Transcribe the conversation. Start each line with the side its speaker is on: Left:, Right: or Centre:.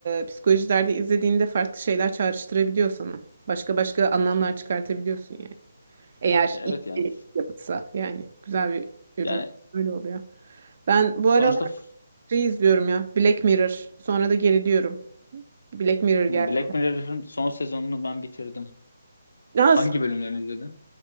Right: e, psikolojilerde izlediğinde farklı şeyler çağrıştırabiliyor sana. Başka başka anlamlar çıkartabiliyorsun yani. Eğer
Left: Evet
Right: iyi
Left: yani
Right: bir yapıtsa yani güzel bir ürün
Left: yani
Right: öyle oluyor. Ben bu
Left: sonuçta
Right: aralar
Left: f-
Right: şey izliyorum ya Black Mirror. Sonra da geriliyorum. Black Mirror geldi.
Left: Black Mirror'ın son sezonunu ben bitirdim.
Right: Ya
Left: Hangi bölümlerini izledin?